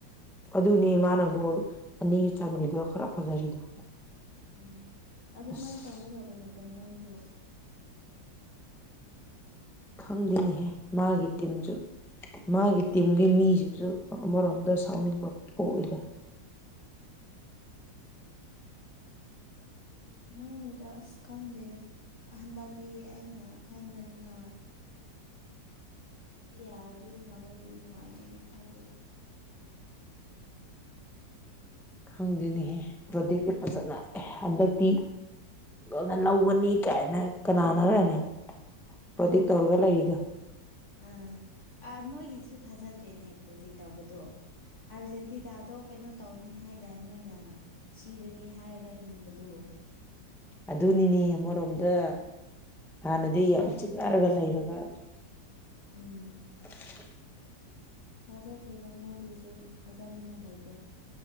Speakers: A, in the centre; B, on the left.
A: ꯑꯗꯨꯅꯤ ꯃꯥꯅ ꯒꯣꯜ ꯑꯅꯤ ꯆꯟꯕꯤꯗꯣ ꯈꯔ ꯐꯖꯔꯤꯗꯣ
B: ꯎꯝ ꯑꯗꯨꯃꯥꯏꯅ
A: ꯑꯁ
B: ꯇꯧꯒꯗꯧꯕꯅꯦꯗ ꯃꯣꯏꯁꯨ
A: ꯈꯪꯗꯦꯅꯦꯍꯦ ꯃꯥꯒꯤ ꯇꯤꯝꯁꯨ ꯃꯥꯒꯤ ꯇꯤꯝꯒꯤ ꯃꯤꯁꯤꯡꯁꯨ ꯑꯃꯔꯣꯝꯗ ꯁꯥꯎꯅꯤꯡꯕ ꯄꯣꯛꯏꯗ
B: ꯃꯥꯅꯦꯗ ꯑꯁ ꯈꯪꯗꯦꯗ ꯍꯟꯗꯛꯇꯤ ꯑꯩꯅ ꯈꯟꯕꯅꯤꯅ ꯌꯥꯔ ꯉꯃꯗꯤ ꯅꯨꯡꯉꯥꯏꯅꯦꯅ ꯈꯜꯂꯤ
A: ꯈꯪꯗꯦꯅꯤꯍꯦ ꯄ꯭ꯔꯗꯤꯛꯇꯤ ꯐꯖꯅ ꯍꯟꯗꯛꯇꯤ ꯅ ꯂꯧꯒꯅꯤ ꯀꯥꯏꯅ ꯀꯅꯥꯅꯔ꯭ꯔꯅꯦ ꯄ꯭ꯔꯣꯗꯤꯛ ꯇꯧꯔꯒ ꯂꯩꯔꯤꯗꯣ
B: ꯑꯥ ꯑ ꯃꯣꯏꯒꯤꯗꯤꯁꯨ ꯊꯥꯖꯗ꯭ꯔꯦꯅꯦ ꯄ꯭ꯔꯤꯗꯤꯛ ꯇꯧꯕꯗꯣ ꯑꯥꯔꯖꯦꯟꯇꯤꯅꯥꯗꯣ ꯀꯩꯅꯣ ꯇꯧꯅꯤ ꯍꯥꯏꯗꯥ ꯃꯣꯏꯅ ꯁꯤꯔꯅꯤ ꯍꯥꯏꯔꯒ ꯍꯤꯡꯕꯗ
A: ꯑꯗꯨꯅꯤꯅꯦ ꯑꯃꯔꯣꯝꯗ ꯍꯥꯟꯅꯗꯤ ꯌꯥꯝ
B: ꯃꯣꯏꯒꯤ
A: ꯆꯤꯛꯅꯔꯒ
B: ꯋꯥꯁꯨ
A: ꯂꯩꯔꯒ
B: ꯎꯝ
A: <inaudible>
B: ꯊꯥꯖꯗ꯭ꯔꯤꯗ ꯃꯣꯏꯒꯤꯁꯨ ꯊꯥꯖꯅꯤꯡꯉꯥꯏ ꯂꯩꯇ꯭ꯔꯦ